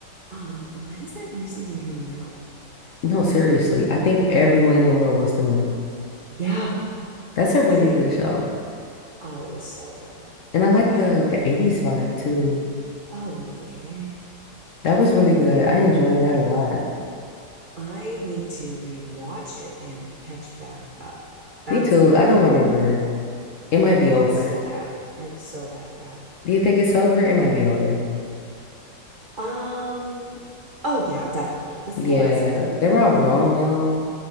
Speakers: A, on the right; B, on the left.
A: Um, when is that new season coming out?
B: No, seriously, I think everyone in the world wants to know.
A: Yeah.
B: That's a really
A: I
B: good show.
A: oh, it was so good.
B: And I like
A: I
B: the the 80s vibe too.
A: oh yeah.
B: That was really good. I enjoyed that a lot.
A: I need to rewatch it and catch back up. That's
B: Me too.
A: my
B: I
A: problem.
B: don't remember. It might
A: I
B: be over.
A: so bad. I am so bad at that.
B: Do you think it's over? It might be over.
A: Um oh yeah, definitely. This
B: Yeah,
A: is the last season.
B: they were all grown now.